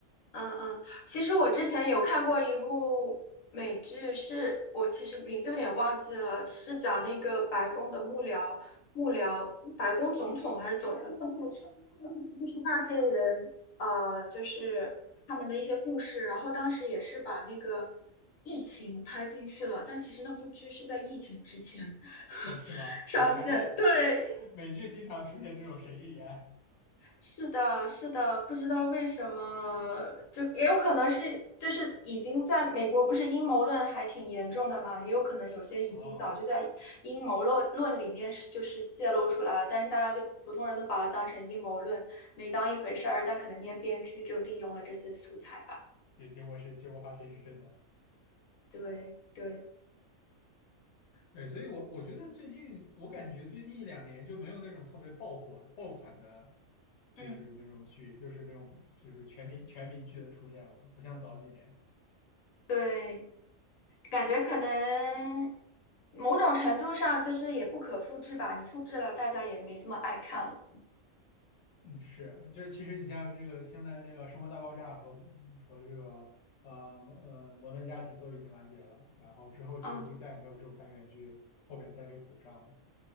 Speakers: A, on the left; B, on the left.
A: 嗯嗯，其实我之前有看过一部美剧是，我其实名字有点忘记了，是讲那个白宫的幕僚，幕僚白宫总统还是总统，就是就是那些人，呃，就是他们的一些故事。然后当时也是把那个疫情拍进去了，但其实那部剧是在疫情之前
B: 哦，是吗？
A: <laughs> 上线的，
B: 对，反正
A: 对。
B: <laughs> 美剧经常出现这种神预言。
A: 是的，是的，不知道为什么，就也有可能是，就是已经在美国，不是阴谋论还挺严重的嘛，也有可能有些已经早就在阴谋论论里面是就是泄露出来了，
B: 哦，
A: 但是大家就普通人都把它当成阴谋论，没当一回事儿，但可能那些编剧就利用了这些素材吧。
B: 对，结果是结果发现是真的。
A: 对对，
B: 对，所以我我觉得最近我感觉最近一两年就没有那种特别爆火的爆款的，
A: 嗯
B: 就是那种剧，
A: 嗯，
B: 就是那种就是全民全民剧的出现了，不像早几年。
A: 对，感觉可能某种程度上就是也不可复制吧，你复制了，大家也没这么爱看了。
B: 嗯，是，就是其实你像这个现在那个《生活大爆炸》和和这个呃摩呃摩登家庭都已经完结了，然后之后其实就再也没有这种单元剧后边再给补上了。
A: 嗯，